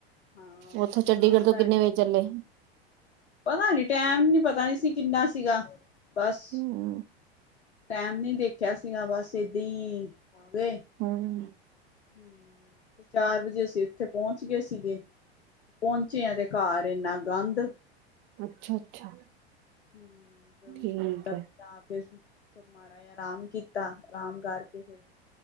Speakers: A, on the left; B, on the right.
A: ਹਾਂ
B: ਓਥੋਂ
A: ਘਰ
B: ਚੰਡੀਗੜ੍ਹ ਤੋ ਕਿੰਨੇ
A: ਆਏ
B: ਵਜੇ ਚੱਲੇ?
A: ਪਤਾ ਨੀ, ਟੈਮ ਨੀ ਪਤਾ ਨੀ ਸੀ ਕਿੰਨਾ ਸੀਗਾ, ਬਸ
B: ਹੂੰ
A: ਟੈਮ ਨੀ ਦੇਖਿਆ ਸੀਗਾ, ਬਸ ਏਦੀ, ਆ ਗਏ। ਹਮ,
B: ਹੂੰ
A: ਚਾਰ ਵਜੇ ਅਸੀ ਇੱਥੇ ਪੋਂਚ ਗਏ ਸੀਗੇ, ਪੋਂਚੇ ਆ ਤੇ ਕਾਰ, ਇੰਨਾ ਗੰਦ
B: ਅੱਛਾ, ਅੱਛਾ।
A: ਹੁੰ, ਤੇ ਓ
B: ਠੀਕ
A: ਮਤਲਬ
B: ਹੈ
A: ਤਾ ਫੇਰ, ਮਾੜਾ ਜਾ ਆਰਾਮ ਕੀਤਾ, ਆਰਾਮ ਕਰਕੇ ਫੇਰ